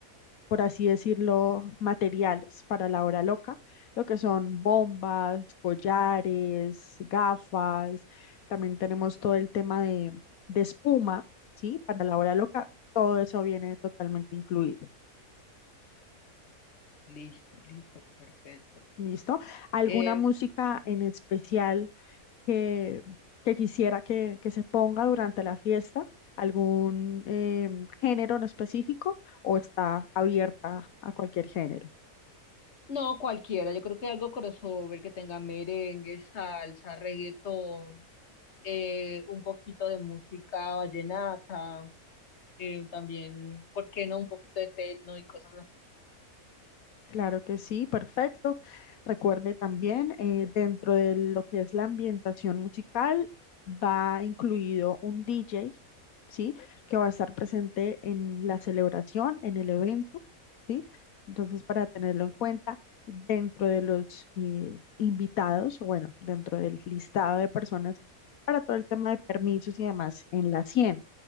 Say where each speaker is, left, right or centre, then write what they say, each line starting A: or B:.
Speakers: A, on the left; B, on the left.
A: por así decirlo, materiales para la hora loca, lo que son bombas, collares, gafas, también tenemos todo el tema de, de espuma, ¿sí? Para la hora loca, todo eso viene totalmente incluido.
B: Listo, listo, perfecto.
A: ¿Listo? ¿Alguna
B: Eh,
A: música en especial que, que quisiera que, que se ponga durante la fiesta? ¿Algún em, género en específico o está abierta a cualquier género?
B: No, cualquiera, yo creo que algo crossover que tenga merengue, salsa, reggaetón, eh, un poquito de música vallenata, eh, también, ¿por qué no? Un poquito de techno y cosas así.
A: Claro que sí, perfecto. Recuerde también, eh, dentro de lo que es la ambientación musical, va incluido un DJ, ¿sí? Que va a estar presente en la celebración, en el evento, ¿sí? Entonces, para tenerlo en cuenta, dentro de los eh, invitados, o bueno, dentro del listado de personas, para todo el tema de permisos y demás, en la 100,